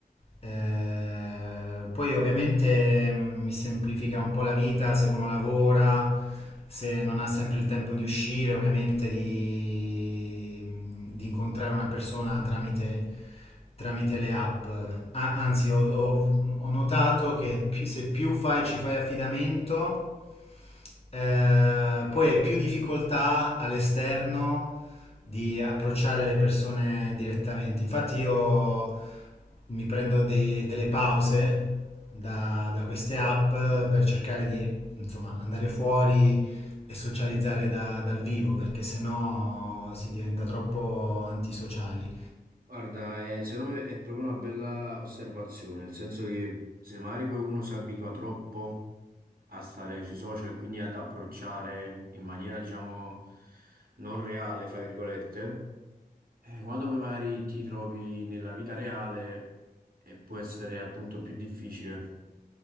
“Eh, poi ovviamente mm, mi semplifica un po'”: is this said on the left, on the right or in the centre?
Left